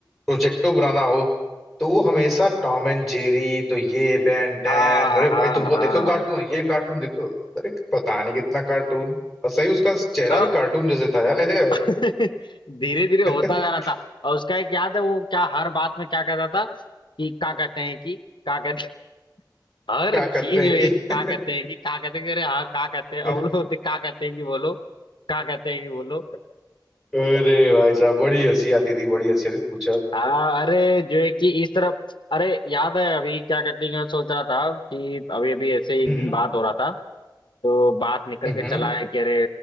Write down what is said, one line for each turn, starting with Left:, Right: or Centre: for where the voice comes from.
Centre: प्रोजेक्टो बनाना हो तो वो हमेशा टॉम एंड जेरी तो ये बेन टेन
Left: हाँ
Centre: अरे
Left: हाँ
Centre: भाई तुम वो देखो कार्टून ये कार्टून देखो अरे पता नहीं कितना कार्टून और सही उसका चेहरा
Left: हाँ
Centre: भी कार्टून जैसे था यार अरे
Left: धीरे धीरे होता
Centre: <laughs>
Left: जा रहा था और उसका एक याद है वो क्या हर बात में क्या कहता था कि क्या कहते हैं कि क्या कहते <laughs> हर
Centre: क्या
Left: चीज
Centre: करते हैं
Left: में
Centre: कि
Left: क्या कहते हैं कि क्या कहते हैं कि अरे हाँ क्या कहते
Centre: <laughs>
Left: हैं अब लोग बोलते क्या कहते हैं कि बोलो क्या कहते हैं कि बोलो
Centre: अरे भाई साहब बड़ी हंसी आती थी बड़ी हंसी आती थी पूछो
Left: हाँ अरे जो है कि इस तरफ अरे याद है अभी क्या कहते हैं कि मैं सोच रहा था कि अभी अभी ऐसे ही
Centre: हम्म
Left: एक दिन बात हो रहा था तो बात निकल
Centre: हम्म
Left: के चला है कि अरे